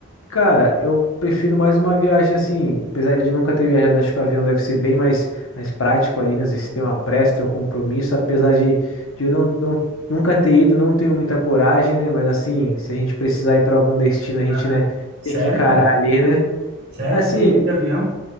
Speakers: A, on the left; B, on the right.
A: Cara, eu prefiro mais uma viagem assim, apesar de nunca ter viajado, acho que o avião deve ser bem mais, mais prático ali, né? Às vezes tem uma pressa, tem um compromisso, apesar de, de eu não, não, nunca ter ido, não tenho muita coragem, né? Mas assim, se a gente precisar ir para algum destino, a gente,
B: Ah,
A: né,
B: sério,
A: tem que encarar
B: cara?
A: ali, né?
B: Sério,
A: Assim,
B: tu tem medo de avião?